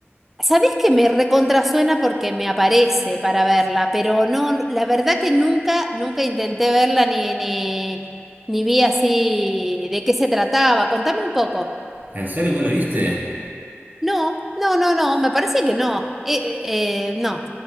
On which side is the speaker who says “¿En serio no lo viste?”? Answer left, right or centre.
Right